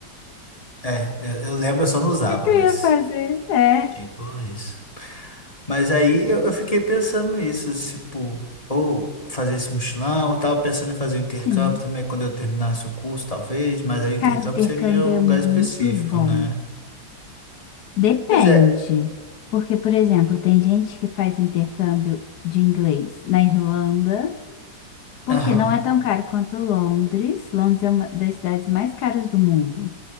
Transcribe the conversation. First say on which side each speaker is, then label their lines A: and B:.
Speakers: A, on the left; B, on the left.
A: É, eu, eu lembro, eu só não usava,
B: que que eu
A: mas,
B: ia fazer? É,
A: tipo, isso. Mas aí eu, eu fiquei pensando nisso, tipo, ou fazer esse mochilão, eu tava pensando em fazer um intercâmbio
B: sim.
A: também quando eu terminasse o curso, talvez, mas aí intercâmbio
B: Cara, intercâmbio
A: seria um
B: é muito
A: lugar específico,
B: bom.
A: né?
B: Depende.
A: Pois é,
B: Porque, por exemplo, tem gente que faz intercâmbio de inglês na Irlanda, porque
A: aham,
B: não é tão caro quanto Londres. Londres é uma das cidades mais caras do mundo.